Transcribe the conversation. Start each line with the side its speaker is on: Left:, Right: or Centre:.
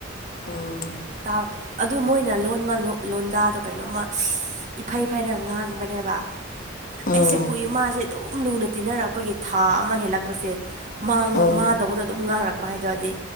Left: ꯎꯝ
Right: ꯇꯥꯎ ꯑꯗꯨ ꯃꯣꯏꯅ ꯂꯣꯟꯕ ꯂꯣꯟꯗꯥꯗꯣ ꯀꯩꯅꯣꯝꯃ ꯏꯐꯩ ꯐꯩꯔ ꯉꯥꯡꯕꯅꯦꯕ
Left: ꯑꯥ
Right: ꯑꯩꯁꯦ ꯀꯨꯏ ꯃꯥꯁꯦ ꯑꯗꯨꯝ ꯂꯨꯅ ꯇꯤꯟꯅꯔꯛꯄꯒꯤ ꯊꯥ ꯑꯃ ꯍꯦꯜꯂꯛꯄꯁꯦ
Left: ꯑꯥ
Right: ꯃꯥꯗꯧꯅ ꯑꯗꯨꯝ ꯉꯥꯡꯔꯛꯄ ꯍꯥꯏꯗꯣꯗꯤ